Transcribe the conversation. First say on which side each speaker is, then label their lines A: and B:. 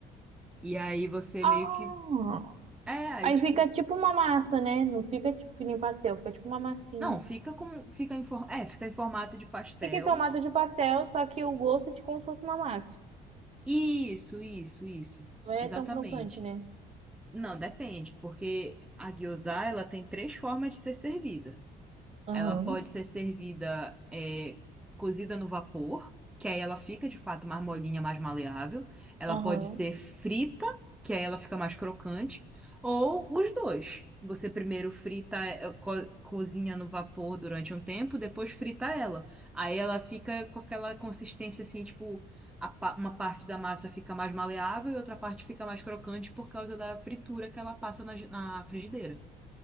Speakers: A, in the centre; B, on the right.
A: E aí você
B: Ah,
A: meio que. É, aí
B: aí
A: tipo.
B: fica tipo uma massa, né? Não fica tipo que nem pastel, fica tipo uma massinha.
A: Não, fica com. Fica em, for- é, fica em formato de pastel.
B: Fica em formato de pastel, só que o gosto é de como se fosse uma massa.
A: Isso, isso, isso.
B: Não é
A: Exatamente.
B: tão crocante, né?
A: Não, depende, porque a gyoza, ela tem três formas de ser servida.
B: Aham,
A: Ela pode ser servida é, cozida no vapor, que aí ela fica de fato mais molinha, mais maleável. Ela
B: aham.
A: pode ser frita, que aí ela fica mais crocante. Ou os dois. Você primeiro frita, é, é, co- cozinha no vapor durante um tempo, depois frita ela. Aí ela fica com aquela consistência assim, tipo, a pa- uma parte da massa fica mais maleável e outra parte fica mais crocante por causa da fritura que ela passa na, ge- na frigideira.